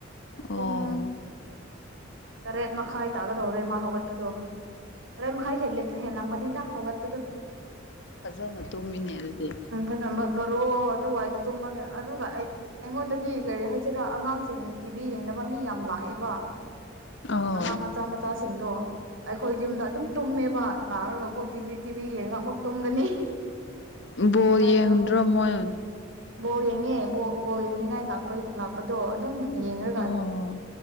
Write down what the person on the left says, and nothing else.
ꯑꯣ
ꯐꯖꯅ ꯇꯨꯝꯃꯤꯅꯤ ꯑꯗꯨꯗꯤ
ꯑꯣ
ꯕꯣ
ꯌꯦꯡꯗ꯭ꯔꯣ
ꯃꯣꯏꯅ
ꯑꯣ